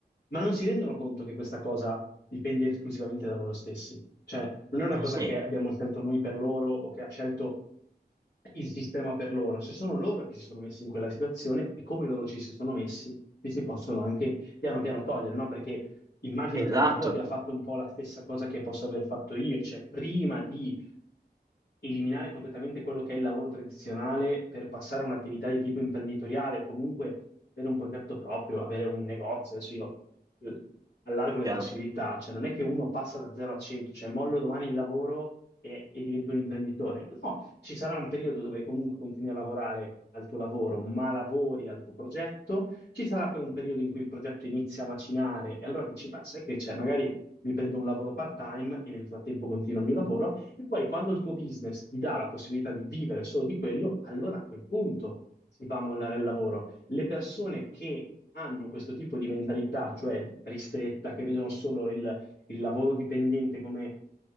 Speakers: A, on the left; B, on the right.
A: Ma non si rendono conto che questa cosa dipende esclusivamente da loro stessi. Cioè, non è una
B: Eh,
A: cosa
B: sì,
A: che abbiamo scelto noi per loro o che ha scelto il sistema per loro, se sono loro che si sono messi in quella situazione e come loro ci si sono messi, ci si possono anche piano piano togliere, no? Perché immagino
B: esatto,
A: che anche tu abbia fatto un po' la stessa cosa che posso aver fatto io, cioè prima di eliminare completamente quello che è il lavoro tradizionale per passare a un'attività di tipo imprenditoriale o comunque avere un progetto proprio, avere un negozio. Adesso io eh, allargo le
B: chiaro.
A: possibilità, cioè non è che uno passa da 0 a 100, cioè mollo domani il lavoro e, e divento un imprenditore. No, ci sarà un periodo dove comunque continui a lavorare al tuo lavoro, ma lavori al tuo progetto. Ci sarà poi un periodo in cui il progetto inizia a macinare e allora dici, beh, sai che c'è, magari mi prendo un lavoro part-time e nel frattempo continuo il mio lavoro. E poi quando il tuo business ti dà la possibilità di vivere solo di quello, allora a quel punto si va a mollare il lavoro. Le persone che hanno questo tipo di mentalità, cioè ristretta, che vedono solo il, il lavoro dipendente come